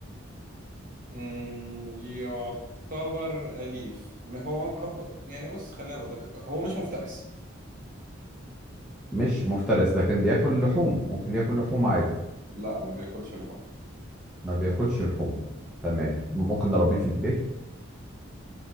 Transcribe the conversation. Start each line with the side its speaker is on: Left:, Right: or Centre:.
Right: مم، يعتبر أليف ما هو هو- يعني بص خلينا بدقق هو مش مفترس
Centre: مش مفترس لكن بياكل لحوم ممكن ياكل لحوم عادي
Right: لا ما بياكلش لحوم
Centre: ما بياكلش لحوم تمام ممكن نربيه في البيت